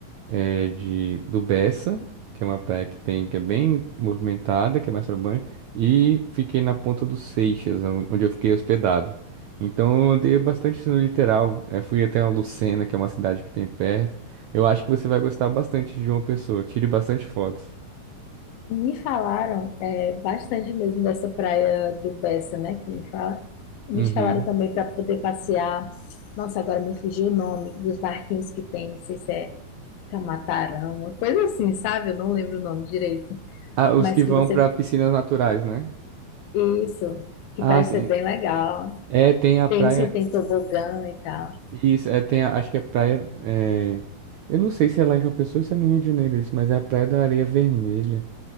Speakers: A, on the right; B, on the left.
A: eh, de do Bessa, que é uma praia que tem, que é bem movimentada, que é mais para banho, e fiquei na Ponta dos Seixas, on- onde eu fiquei hospedado. Então eu andei bastante assim, no litoral, eh, fui até a Lucena, que é uma cidade que tem perto. Eu acho que você vai gostar bastante de João Pessoa, tire bastante fotos.
B: Me falaram é, bastante mesmo dessa praia do Bessa, né? Que me fala. Me
A: Uhum.
B: falaram também para poder passear. Nossa, agora me fugiu o nome dos barquinhos que tem, não sei se é Camatarão, uma coisa assim, sabe? Eu não lembro o nome direito.
A: Ah, os
B: Mas
A: que vão
B: que você.
A: para piscinas naturais, né?
B: Isso, que
A: Ah,
B: parece
A: sim.
B: ser bem legal.
A: É, tem a
B: Tem
A: praia.
B: se tem tobogã e tal.
A: Isso, é, tem, a- acho que é praia. é, eu não sei se é lá em João Pessoa ou se é no Rio de Janeiro isso, mas é a Praia da Areia Vermelha.